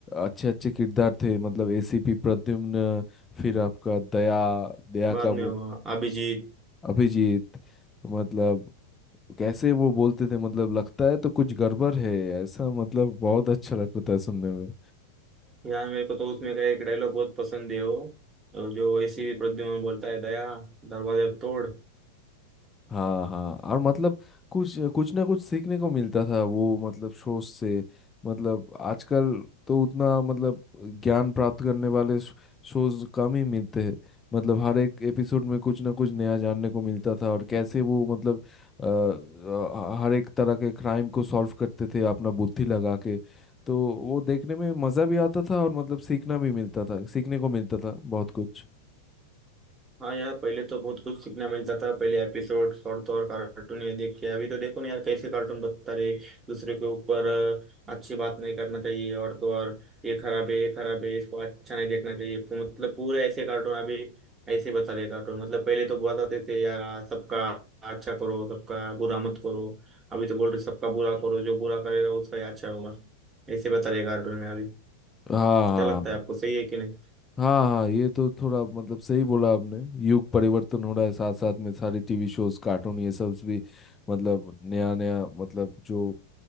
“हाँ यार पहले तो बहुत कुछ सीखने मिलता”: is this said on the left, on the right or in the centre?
Right